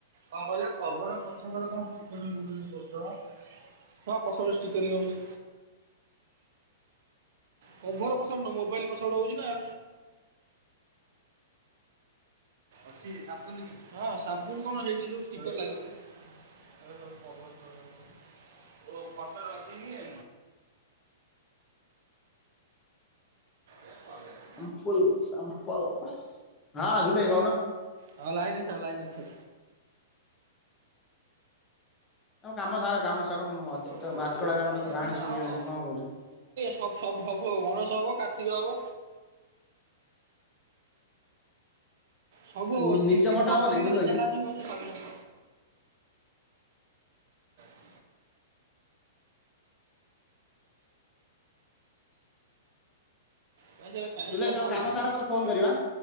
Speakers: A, on the right; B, on the left.
A: କଣ କହିଲ କଭର ପଛପଟ କଣ ଖୋଲୁନି ବୋଲି କହୁଚ। ହଁ ପଛ ପଟେ ଷ୍ଟିକରିଂ ହଉଚି। କଭର୍ ପଛପଟେ ନୁଅ ମୋବାଇଲ ପଛପଟେ ହଉଛି ନାଁ। ଅଛି ସମ୍ପୂଲ୍ କିଛି ହଁ ସମ୍ପୁଲ କଣ ଷ୍ଟିକର ଲାଗିଛି। କଭର କଟ ରଖିକି ଓ ଫଟୋ ରଖିକି ଏ ସଇଲାନି।
B: ସିମ୍ପୁଲ ଶାମ୍ପଲ ହଁ ଜୁଲୁ ଭାଇ କହୁନ?
A: ହଁ ଲାଇନଥା ଲାଇନଥା।
B: ତମ କାମ ସାର କାମ ସାର ମୁଁ ଅଛି
A: ଓ
B: ତ
A: ହ
B: ଭାସ୍କଡା
A: ଏ ଜୋଉ
B: କାମର
A: ଗଣେଶ
B: କାହାଣୀ
A: ଟା
B: ଶୁଣିବା
A: ହବ।
B: ଆଜି କଣ କହୁଛ?
A: ସବୁ ସବୁ ହବ ଗଣସ ହବ କାର୍ତ୍ତିକ ହବ। ସବୁ ହବ
B: ନି
A: ଶିବ
B: ନିଜ ଫଟା ହବ
A: ପରିବାର
B: ନାଇଁ ସୁଲୁଭାଇ
A: ଯାହା ସ <inaudible> କାଇଁ
B: ସୁଲୁଭାଇ
A: ସେରା
B: ତମ
A: ଖାଉଛ
B: କାମ ସାର ମତେ ଫୋନ
A: କଣ
B: କରିବ
A: ଟା?
B: ଆଁ